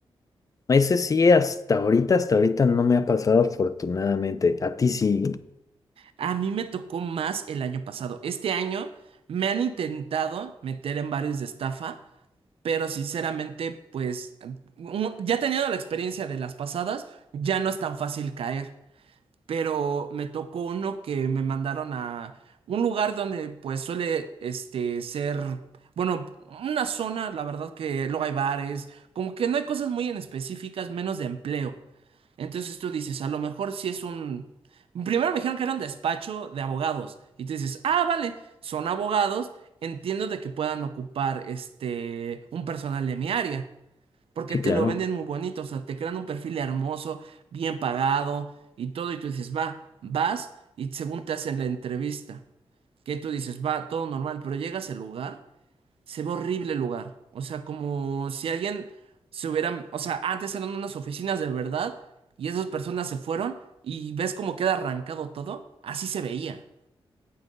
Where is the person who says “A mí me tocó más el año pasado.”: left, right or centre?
Right